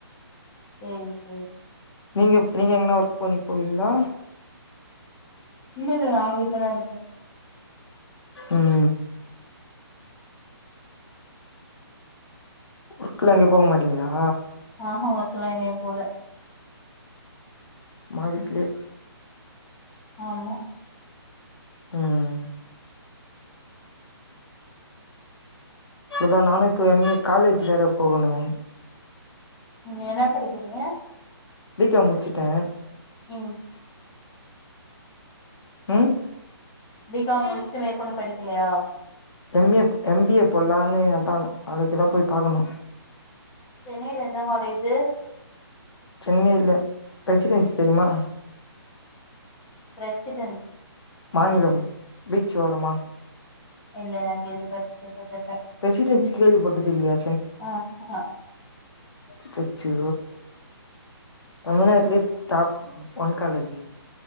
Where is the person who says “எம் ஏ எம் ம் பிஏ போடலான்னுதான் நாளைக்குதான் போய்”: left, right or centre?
Left